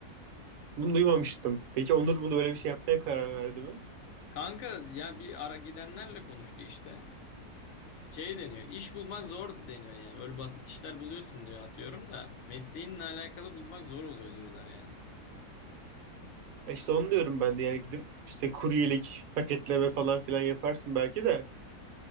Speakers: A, on the right; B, on the left.
A: Bunu duymamıştım. Peki Onur bunu böyle bir şey yapmaya karar verdi mi?
B: Kanka ya bir ara gidenlerle konuştu işte. Şey deniyor. İş bulmak zor deniyor yani. Böyle basit işler buluyorsun diyor atıyorum da. Mesleğinle alakalı bulmak zor oluyor diyorlar yani.
A: E işte onu diyorum ben de yani gidip işte kuryelik, paketleme falan filan yaparsın belki de.